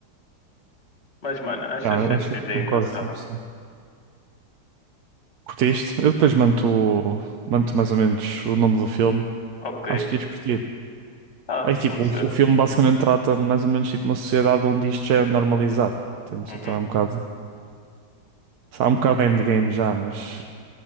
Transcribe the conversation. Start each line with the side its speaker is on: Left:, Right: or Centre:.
Left: Mas, mano, acho
Right: Yeah,
Left: que
Right: eu
Left: essa
Right: acho que aqui
Left: ideia
Right: concordo
Left: engraçada,
Right: 100%.
Left: mano.
Right: Curtiste? Eu depois mando mando mais ou menos o nome do filme.
Left: Ok.
Right: Acho que ias curtir.
Left: Ah,
Right: Aí tipo,
Left: pode
Right: o,
Left: ser.
Right: o filme basicamente trata mais ou menos tipo uma sociedade onde isto já é normalizado, entendes?
Left: Uhum.
Right: Então é um bocado Há um bocado de endgame já, mas,